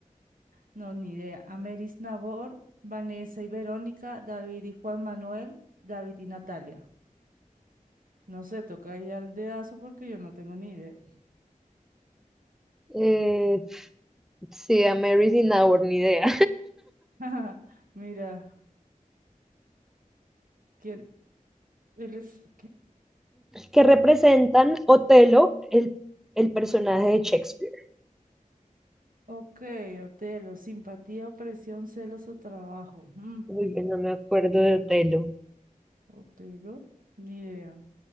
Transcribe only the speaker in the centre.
Eh, sí, a Mary's in Our, ni idea.
que representan Otelo, el, el personaje de Shakespeare.
Uy, yo no me acuerdo de Otelo.